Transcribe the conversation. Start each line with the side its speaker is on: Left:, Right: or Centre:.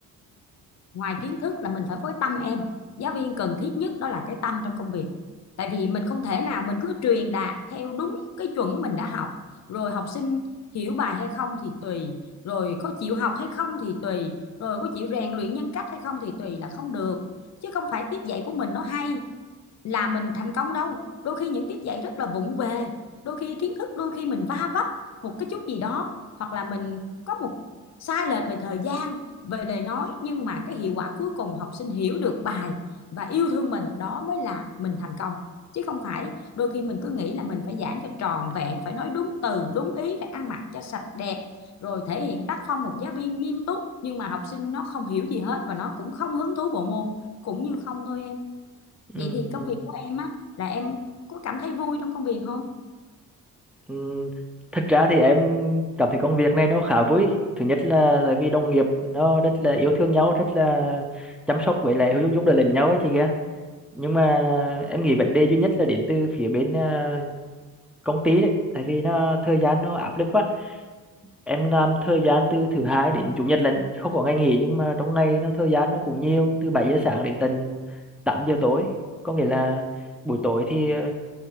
Left: ngoài kiến thức là mình phải có cái tâm em giáo viên cần thiết nhất đó là cái tâm trong công việc tại vì mình không thể nào mình cứ truyền đạt theo đúng cái chuẩn mình đã học rồi học sinh hiểu bài hay không thì tùy rồi có chịu học hay không thì tùy rồi có chịu rèn luyện nhân cách hay không thì tùy là không được chứ không phải tiết dạy của mình nó hay là mình thành công đâu đôi khi những tiết dạy rất là vụng về đôi khi kiến thức đôi khi mình va vấp một cái chút gì đó hoặc là mình có một sai lệch về thời gian về lời nói nhưng mà cái hiệu quả cuối cùng học sinh hiểu được bài và yêu thương mình đó mới là mình thành công chứ không phải đôi khi mình cứ nghĩ là mình phải giảng cho tròn vẹn phải nói đúng từ đúng ý phải ăn mặc cho sạch đẹp rồi thể hiện tác phong một giáo viên nghiêm túc nhưng mà học sinh nó không hiểu gì hết và nó cũng không hứng thú bộ môn cũng như không thôi em
Centre: ừ
Left: Vậy thì công việc của em á là em có cảm thấy vui trong công việc không?
Centre: Ừ, thật ra thì em cảm thấy công việc này nó khá vui thứ nhất là tại vì đồng nghiệp nó rất là yêu thương nhau rất là chăm sóc với lại giúp giúp đỡ lẫn nhau ấy chị kia nhưng mà em nghĩ vấn đề duy nhất là đến từ phía bên à, công ty đấy tại vì nó thời gian nó áp lực quá em làm thời gian từ thứ hai đến chủ nhật lận không có ngày nghỉ nhưng mà trong ngày nó thời gian nó cũng nhiều từ 7 giờ sáng đến tận tám giờ tối có nghĩa là buổi tối thì ờ,